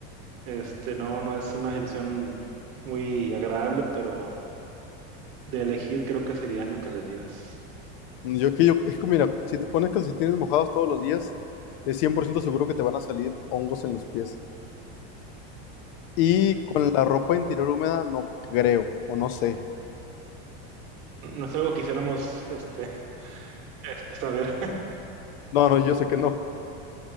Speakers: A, on the right (about 40°); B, on the left (about 60°).
A: este, no, no es una situación muy agradable, pero de elegir creo que serían los calcetines.
B: yo que yo, es que mira, si te pones calcetines mojados todos los días, es 100% seguro que te van a salir hongos en los pies. Y con la ropa interior húmeda, no creo, o no sé.
A: No no es algo que quisiéramos, este. Este, saber,
B: No, no, yo sé que no,